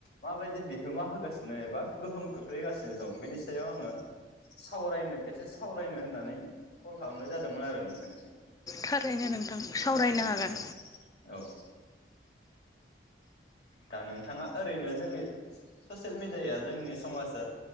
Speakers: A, on the left (about 65°); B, on the left (about 20°).
A: माबायदि बिहोमा होगासिनो एबा गोहोम खोख्लैगासिनो दं बेनि सायाव आङो सावरायनो एसे सावरायनो होननानै कल खालामनाय जादोंमोन आरो नोंथां इसे
B: थारैनो नोंथां। सावरायनो हागोन
A: औ औ दा नोंथाङा ओरैनो जोंनि ससियेल मिडियाया जोंनि समाजा